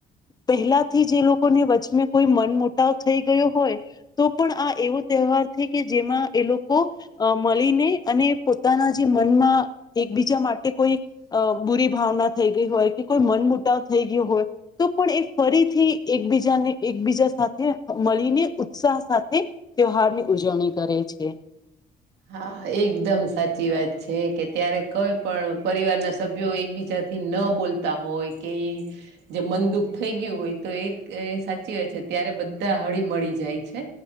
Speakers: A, on the left; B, on the right.
A: પહેલા થી જે લોકોને વચમે કોઈ મન મો પટાવ થઈ ગયો હોય તો પણ આ એવો તહેવાર છે કે જેમાં એ લોકો અ મળીને અને પોતાના જે મનમાં એકબીજા માટે કોઈ અ બુરી ભાવના થઈ ગઈ હોય કે કોઈ મન મુટાવ થઈ ગયો હોય તો પણ એ ફરીથી એકબીજાને એકબીજા સાથે મળીને ઉત્સાહ સાથે તેવહાર ની ઉજવણી કરે છે
B: હા એકદમ સાચી વાત છે કે ત્યારે કોઈ પણ પરિવારના સભ્યો એકબીજા થી ન બોલતા હોય કે જે મનંદુખ થઈ ગયું હોય તો એ એ સાચી વાત છે ત્યારે બધા હળી મળી જાય છે.